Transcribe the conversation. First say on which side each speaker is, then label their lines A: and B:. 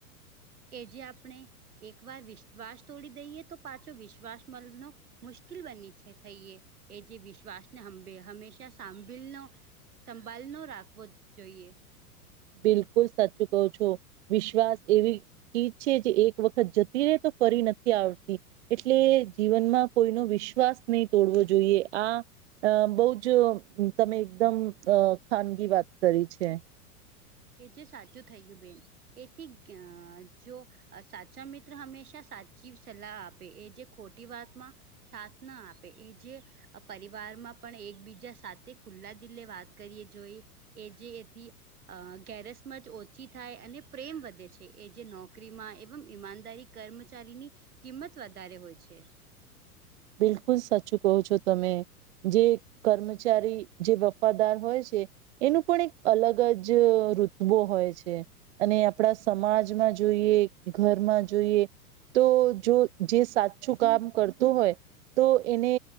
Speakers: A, on the right; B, on the right.
A: કે જે આપણે એક વાર વિશ્વાસ તોડી દઈએ તો પાછો વિશ્વાસ મલનો. મુશ્કેલ બની છે થઈએ એ જે વિશ્વાસને હંભે હંમેશા સાંભીલનો. સંભળનો રાખવો જોઈએ.
B: બિલકુલ સાચું કહો છો વિશ્વાસ એવી. ચીજ છે જે એક વખત જતી રહે તો ફરી નથી આવતી. એટલે જીવનમાં કોઈનો વિશ્વાસ નહી તોડવો જોઈએ આ. અ બહ જ તમે એકદમ ખાનગી વાત કરી છે.
A: એ જે સાચું થયું બેન એથી જો. સાચા મિત્ર હંમેશા સાચી સલાહ આપે એ જે ખોટી વાતમાં. સાથના આપે એ જે. પરિવારમાં પણ એકબીજા સાથે ખુલ્લા દિલે વાત કરીએ જોઈ. એ જે એ હતી. અ ગેરસમજ ઓછી થાય અને પ્રેમ વધે છે એ જે નોકરીમાં એવમ ઈમાનદારી. કર્મચારીની કિંમત વધારે હોય છે.
B: બિલકુલ સાચું કહો છો તમે. જે કર્મચારી જે વફાદાર હોય છે. એનું પણ એક અલગ જ ઋતવો હોય છે. અને આપણા સમાજમાં જોઈએ ઘરમાં જોઈએ. તો જો જે સાચું કામ કરતું હોય તો એને.